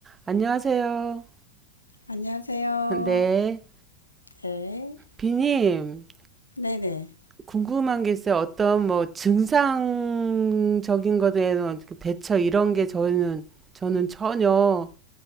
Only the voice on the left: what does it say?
안녕하세요.
네.
네네.